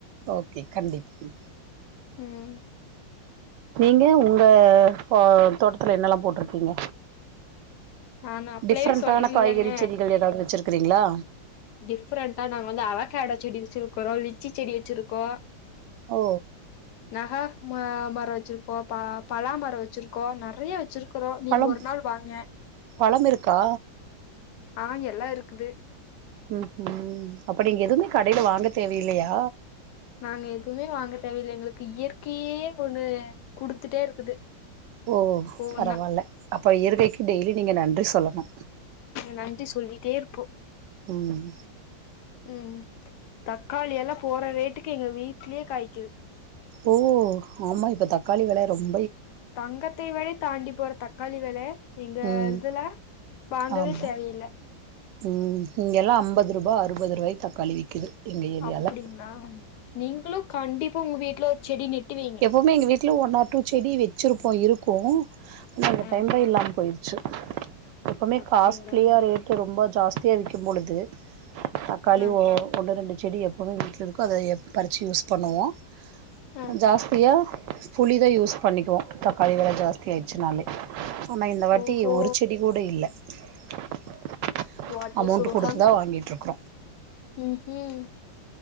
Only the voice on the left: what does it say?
உம்
நான் அப்பளவே
சொன்னேன்லங்க
டிஃப்ரெண்டா நாங்க வந்து அவக்காடோ செடி வச்சிருக்கறோ லிச்சி செடி வச்சிருக்கோ
நஹா ம மர வச்சிருக்கோ பலாமர வச்சிருக்கோ நெறைய வச் ருக்கிறோ நீங்க
ஒரு நாள் வாங்க
ஆஹ் எல்லா இருக்குது
நாங்க எதுவுமே வாங்க எங்களுக்கு இயற்கையே ஒண்ணு குடுத்துட்டே இருக்குது
ஒவ்வொன்னா
நன்றி சொல்லிட்டே இருப்போ
உம் தக்காளி <inaudible> போற ரேட்டுக்கு எங்க வீட்லயே காய்க்குது
தங்கத்தை வழி தாண்டி போற தக் காலி வேள எங்க
இதுல வாங்கவே
தேவையில்ல
அப்டிங்களா நீங்களு கண்டிப்பா உங்க வீட்ல செடி வைங்க
ஆ
அப்டிங்களா
ஆ
ஆ
ஓஹோ
வாட்
ஏ சோகம்
ம் ஹ்